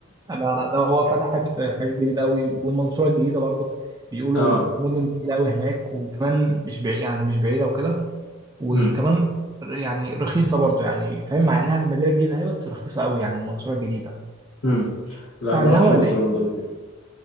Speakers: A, on the right; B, on the left.
A: لا لا ده هو فتحت حاجات جديدة قوي والمنصورة الجديدة برضو
B: <laughs>
A: بيقولوا
B: اه
A: مدن جديدة قوي هناك وكمان مش بعيد يعني مش بعيدة وكده وكمان
B: امم
A: يعني رخيصة برضو يعني فاهم مع انها مدينة جديدة هي بس رخيصة قوي يعني المنصورة الجديدة
B: امم لا
A: بتاع
B: ما
A: عنها
B: رحتش
A: ولا
B: المنصورة
A: ايه؟
B: برضه قبل كده